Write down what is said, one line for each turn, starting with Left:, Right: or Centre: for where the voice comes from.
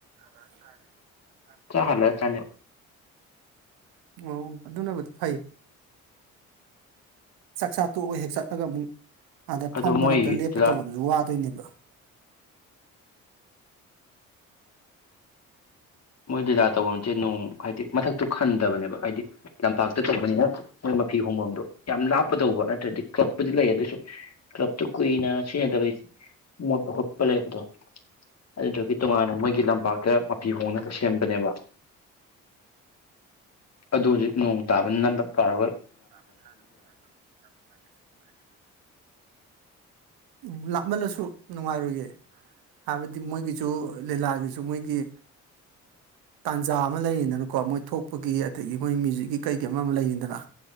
Right: ꯆꯦ
Left: ꯆꯥ ꯍꯥꯂ ꯆꯅꯦ
Right: ꯑꯣ ꯑꯗꯨꯅꯕꯨꯗꯤ ꯐꯩ ꯆꯥꯛꯆꯥ ꯇꯣꯛꯑꯒ ꯍꯦꯛ ꯆꯠꯂꯒ ꯑꯃꯨꯛ ꯑꯗ
Left: ꯑꯗꯣ
Right: ꯐꯝꯕ
Left: ꯃꯣꯏ
Right: ꯅꯠꯇ꯭ꯔꯒ ꯂꯦꯞꯄ
Left: ꯂꯤꯂꯥ
Right: ꯇꯧꯕꯗꯨꯁꯨ ꯋꯥꯗꯣꯏꯅꯦꯕ <unintelligible>
Left: ꯃꯣꯏ ꯗꯤꯗꯥꯥ ꯇꯧꯐꯝꯁꯦ ꯅꯅꯨꯡ ꯍꯥꯏꯗꯤ ꯃꯊꯛꯇꯨ ꯈꯟꯗꯕꯅꯦꯕ ꯍꯥꯏꯗꯤ ꯂꯝꯄꯥꯛꯇ ꯇꯧꯕꯅꯦ ꯃꯣꯏ ꯐꯤ ꯍꯣꯡꯐꯝꯗꯣ ꯌꯥꯝ ꯂꯥꯞꯄ ꯇꯧꯕ ꯑꯗꯨꯗꯤ ꯀ꯭ꯂꯕꯄꯨꯗꯤ ꯂꯩ ꯑꯗꯨꯁꯨ ꯀ꯭ꯂꯞꯇꯨ ꯀꯨꯏꯅ ꯁꯤꯖꯤꯟꯅꯗꯕꯩ ꯃꯣꯠꯄ ꯈꯣꯠꯄ ꯂꯩꯕꯗꯣ ꯑꯗꯨꯗꯨꯒꯤ ꯇꯣꯉꯥꯟꯅ ꯃꯣꯏꯒꯤ ꯂꯝꯄꯥꯛꯇ ꯃꯄꯤꯤ ꯍꯣꯡꯅ ꯁꯦꯝꯕꯅꯦꯕ ꯑꯗꯨ ꯍꯧꯖꯤꯛ ꯅꯣꯡ ꯇꯥꯕ ꯅꯗ ꯇꯥꯔꯒ
Right: <unintelligible> ꯂꯥꯞꯃꯜꯂꯁꯨ ꯅꯨꯡꯉꯥꯏꯔꯨꯌꯦ ꯍꯥꯏꯕꯗꯤ ꯃꯣꯏꯒꯤꯁꯨ ꯂꯤꯂꯥꯒꯤꯁꯨ ꯃꯣꯏꯒꯤ ꯇꯥꯟꯖꯥ ꯑꯃ ꯂꯩꯔꯤꯗꯅꯀꯣ ꯃꯣꯏ ꯊꯣꯛꯄꯒꯤ ꯑꯗꯒꯤ ꯃꯣꯏ ꯃ꯭ꯌꯨꯖꯤꯛꯀꯤ ꯀꯩꯒꯤ ꯑꯃ ꯑꯃ ꯂꯩꯔꯤꯗꯅ